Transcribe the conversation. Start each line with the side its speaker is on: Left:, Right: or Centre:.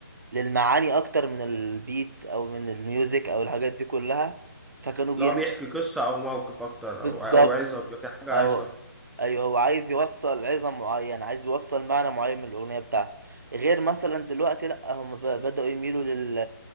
Right: للمعاني اكتر من البيت او من الميوزك او الحاجات دي كلها فكانوا بيرم...
Centre: لو بيحكي قصة او موقف اكتر
Right: بالظبط
Centre: او او عظة بيبقى في حاجة
Right: أو
Centre: عظة
Right: أيوه هو عايز يوصل عظم معين عايز يوصل معنى معين من الأغنية بتاعته غير مثلا دلوقتي لأ هم ب- بدأوا يميلوا لل